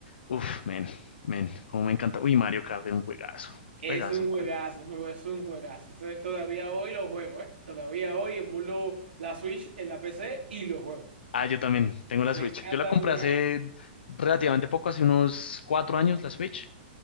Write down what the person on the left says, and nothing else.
Uf, men, men, como me encanta. Uy, Mario Kart era un juegazo,
juegazo,
pa.
Ah, yo también tengo la
Switch.
Yo la compré
hace relativamente poco, hace unos cuatro años la Switch,